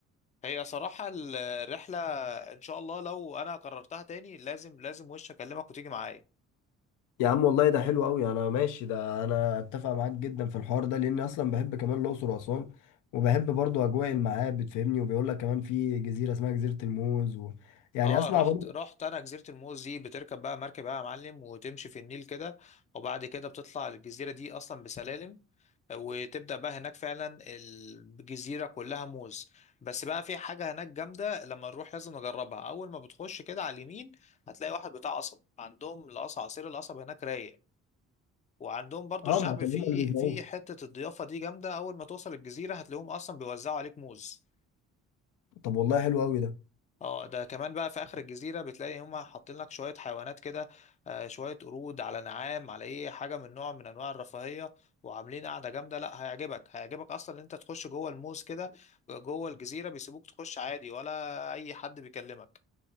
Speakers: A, on the left; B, on the left.
A: هي صراحة ال- الرحلة ان شاء الله لو انا قررتها تاني لازم لازم وش اكلمك وتيجي معايا
B: يا عم والله ده حلو قوي انا ماشي ده انا اتفق معاك جدا في الحوار ده لاني اصلا بحب كمان الأقصر وأسوان وبحب برضو اجواء المعابد فاهمني وبيقول لك كمان في جزيرة اسمها جزيرة الموز و... يعني
A: اه
B: اسمع
A: رحت
B: برضو
A: رحت انا جزيره الموز دي بتركب بقى مركب بقى يا معلم وتمشي في النيل كده وبعد كده بتطلع الجزيره دي اصلا بسلالم وتبدا بقى هناك فعلا الجزيره كلها موز بس بقى في حاجه هناك جامده لما نروح لازم نجربها اول ما بتخش كده على اليمين هتلاقي واحد بتاع قصب عندهم القصب عصير القصب هناك رايق وعندهم برضو
B: اه
A: الشعب
B: ما عشان
A: في
B: هم اللي بيزرعوه
A: في حته الضيافه دي جامده اول ما توصل الجزيره هتلاقيهم اصلا بيوزعوا عليك موز
B: طب والله حلو قوي ده
A: اه ده كمان بقى في اخر الجزيره بتلاقي هما حاطين لك شويه حيوانات كده آه، شويه قرود على نعام على ايه حاجه من نوع من انواع الرفاهيه وعاملين قاعده جامده لا هيعجبك هيعجبك اصلا ان انت تخش جوه الموز كده جوه الجزيره بيسيبوك تخش عادي ولا اي حد بيكلمك